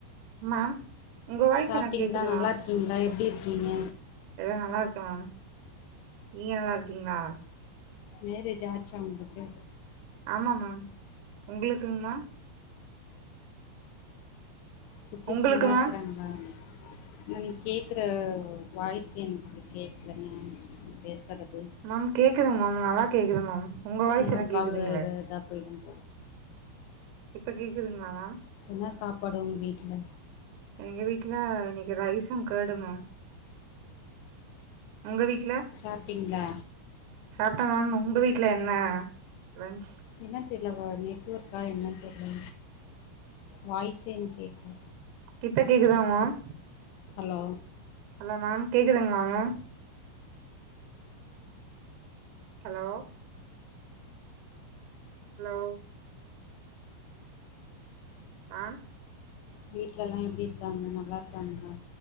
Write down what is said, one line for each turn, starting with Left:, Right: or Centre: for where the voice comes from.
Right: மேம் உங்க வாய்ஸ்
Left: சாப்ட்டீங்ளா
Right: எனக்கு கேக்குது
Left: நல்லா
Right: மேம்
Left: இருக்கீங்ளா எப்டி இருக்கீங்க
Right: எல்லா நல்லா இருக்க மேம் நீங்க நல்லா இருக்கீங்ளா
Left: மேரேஜ் ஆச்சா உங்களுங்கு
Right: ஆமா மேம் உங்களுக்குங் மேம்
Left: குட்டிஸுங்ளா
Right: உங்களுக்கு
Left: இருக்கறாங்களா
Right: மேம்
Left: நா நீங் கேக்குற வாய்ஸ் எனுக்கு கேக்கலங்க பேசறது
Right: மேம் கேக்குதுங் மேம் நல்லா கேக்குது மேம் உங்க வாய்ஸ்
Left: இன்னு
Right: எனக்கு
Left: ஒரு காலு
Right: கேக்குதுங்களே
Left: இ இதா போய்டும்
Right: இப்ப கேக்குதுங்ளா மேம்
Left: என்ன சாப்பாடு உங் வீட்ல
Right: எங்க வீட்ல இன்னைக்கு ரைசு கேடு மேம் உங்க வீட்
Left: சாப்ட்டீங்ளா
Right: சாப்ட்ட மேம் உங்க வீட்ல என்ன லன்ச்
Left: என்னன் தெர்லவ நெட்வொர்க்கா என்னன் தெர்ல வாய்ஸே என்க் கேக்கல
Right: இப்ப கேக்குதா மேம்
Left: ஹலோ
Right: ஹலோ மேம் கேக்குதுங்ளா மேம் ஹலோ ஹலோ மேம்
Left: வீட்ல எல்லா எப்டி இருக்காங்க நல்லா இருக்காங்களா